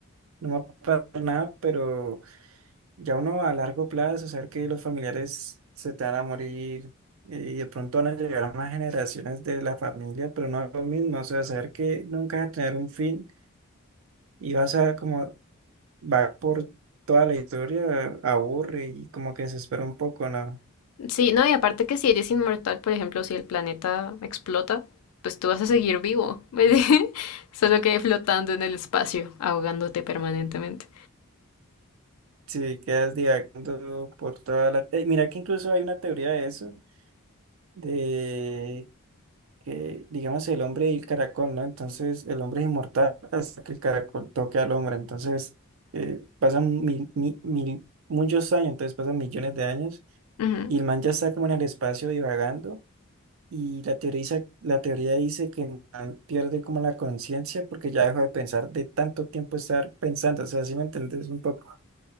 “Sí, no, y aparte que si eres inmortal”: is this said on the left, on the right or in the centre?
Left